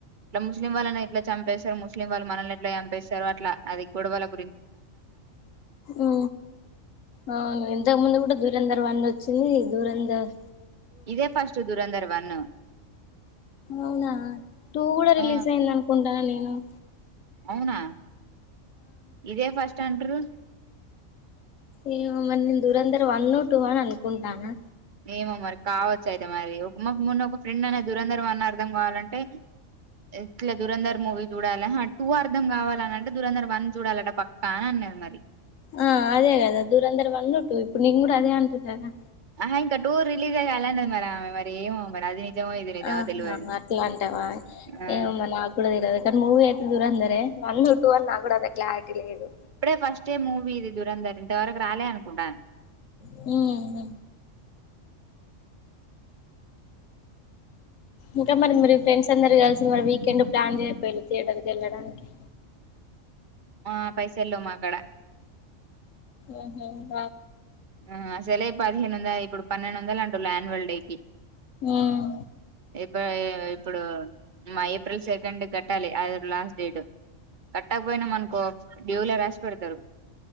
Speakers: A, on the right; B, on the left.
A: ఇట్లా ముస్లిం వాళ్ళని ఎట్లా చంపేస్తారు ముస్లిం వాళ్ళు మనల్ని ఎట్లా చంపస్తారు అట్ అది గూడ వాళ్ళకి
B: ఉ అవును ఎంతకు ముందు ఇప్పు దూరంధర్ వన్ వచ్చింది దూరంధర్
A: ఇదే ఫస్ట్ దురంధరం వన్న
B: అవునా టూ కూడా రిలీజ్
A: ఆ
B: అయింది అనుకుంటా నను అ
A: అవునా ఇదే ఫస్ట్ స్టాండర్
B: ఏ మరి నేను దూరంందరూ వన్ ను టూ అని అనుకుంటాను
A: ఏమో మరి కావచ్చు అయితే మరి అమ మొన్న ఒక ఫ్రెండ్ అనే దురంధర్ వన్ అర్థం కావాలంటే ఇట్లా దూరంధర్ మూవీ చూడాలి టూ అర్ధం కావాలని అంటే దూరంధర్ వన్ చూడాలట పక్కా అని అనేది మరి
B: ఆ అదే కదా దూరందర వందంటటు ఇప్పుడు నిం కూడా అదే అంటున్నదా
A: ఆహా ఇంకా టూ రిలీజ్ కాలేదు మేడం మరి ఏమో అది నిజమో ఇది నిజమో
B: ఆహా
A: తెలవది
B: అట్లా అంటవా
A: ఆ
B: ఏమో మా నాగూడ తెల్వదు కానీ మూవీ అయితే దూరందరె వన్ టూ నా గుడా అంత క్లారిటీ లేదు
A: ఇప్పుడే ఫస్ట్ డే మూవీ ఇది దురంధర్ ఇంతవరకు రాలే అనుకుంటా
B: హుమ్ ఇంకా మరి మరి ఫ్రెండ్స్ అందరు కలిసి మరి వీకెండ్ ప్లాన్ చేయపోలే థియేటర్కి ఎళ్ళడానికి
A: ఆ పైసలేవ్ మాకడ
B: ఆహ
A: ఆ ఆసలే పదిహేను వంద ఇపుడు పన్నెండు వందల అంట ఆన్వల్ డేకి
B: ఉమ్
A: ఇప్ ఆ ఇప్పుడు మా ఏప్రిల్ సెకండ్ కట్టాలి అది లాస్ట్ డేట్ కట్టకపోయినా మనుకో డ్యూ లో రాసి పెడతారు